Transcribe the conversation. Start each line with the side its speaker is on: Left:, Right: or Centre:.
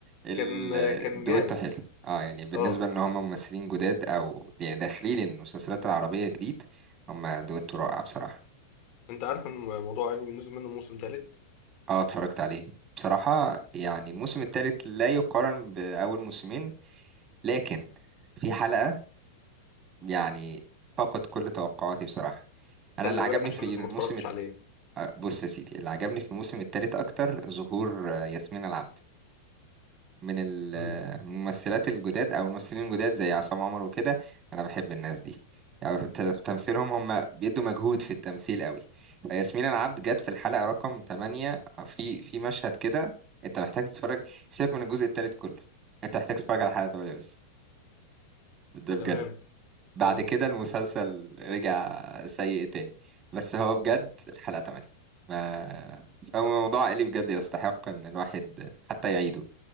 Right: الدويتو
Left: كان كان جامد
Right: حلو اه يعني بالنسبة
Left: اه
Right: ان هم ممثلين جداد او يعني داخلين المسلسلات العربية جديد هم دويتو رائع بصراحة
Left: انت عارف ان موضوع عيل نزل منه موسم تالت
Right: اه اتفرجت عليه بصراحة يعني الموسم الثالث لا يقارن بأول موسمين لكن في حلقة يعني فقد كل توقعاتي بصراحة انا
Left: خلي
Right: اللي عجبني
Left: بالك عشان
Right: في
Left: لسه
Right: الموسم
Left: ما اتفرجتش
Right: الت-
Left: عليه
Right: آه، بص يا سيدي اللي عجبني في الموسم الثالث اكتر ظهور آه، ياسمين العبد من ال-
Left: امم
Right: من الممثلات الجداد او الممثلين الجداد زي عصام عمر وكده انا بحب الناس دي يعني ت- تمثيلهم هم بيدوا مجهود في التمثيل قوي فياسمين العبد جت في الحلقة رقم 8 في في مشهد كده انت محتاج تتفرج سيبك من الجزء الثالث كله انت محتاج تتفرج على حلقة 8 بس ده بجد
Left: تمام
Right: بعد
Left: اه
Right: كده المسلسل رجع سيء تاني بس هو بجد الحلقة 8 ما فهو موضوع اللي بجد يستحق ان الواحد حتى يعيده